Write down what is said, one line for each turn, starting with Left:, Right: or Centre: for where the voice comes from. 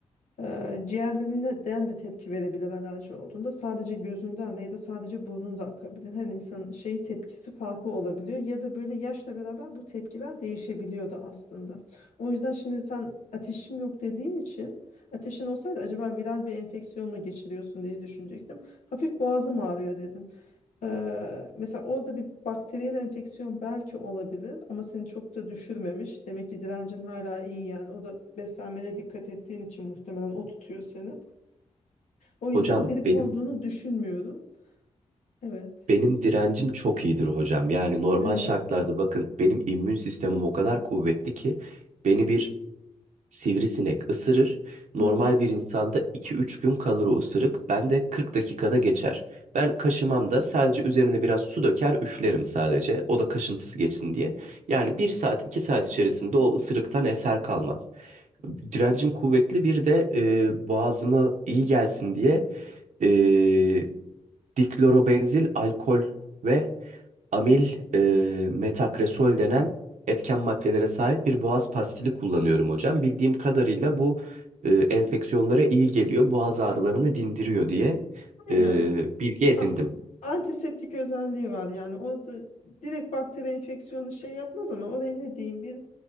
Left: Ee, ciğerlerinden de tepki verebilir alerji olduğunda sadece gözünden de ya da sadece burnun da akabilir. Her insanın şeyi tepkisi farklı olabiliyor ya da böyle yaşla beraber bu tepkiler değişebiliyor da aslında. O yüzden şimdi sen ateşim yok dediğin için ateşin olsaydı acaba viral bir enfeksiyon mu geçiriyorsun diye düşünecektim. Hafif boğazım ağrıyor dedin. Ee, mesela orada bir bakteriyel enfeksiyon belki olabilir ama seni çok da düşürmemiş. Demek ki direncin hala iyi yani. O da beslenmene dikkat ettiğin için muhtemelen o tutuyor seni. O yüzden
Right: Hocam
Left: grip
Right: benim
Left: olduğunu düşünmüyorum. Evet.
Right: benim direncim çok iyidir hocam. Yani normal
Left: Evet.
Right: şartlarda bakın benim immün sistemim o kadar kuvvetli ki beni bir sivrisinek ısırır. Normal
Left: Hı hı.
Right: bir insanda iki üç gün kalır o ısırık. Ben de 40 dakikada geçer. Ben kaşımam da sadece üzerine biraz su döker üflerim sadece. O da kaşıntısı geçsin diye. Yani bir saat 2 saat içerisinde o ısırıktan eser kalmaz. Direncim kuvvetli bir de e, boğazıma iyi gelsin diye e, diklorobenzil alkol ve amil e, metakresol denen etken maddelere sahip bir boğaz pastili kullanıyorum hocam. Bildiğim kadarıyla bu e, enfeksiyonlara iyi geliyor, boğaz ağrılarını dindiriyor diye
Left: Aynen.
Right: e, bilgi edindim,
Left: A- antiseptik özelliği var yani. O da direkt bakteri enfeksiyonu şey yapmaz ama oraya ne diyeyim bir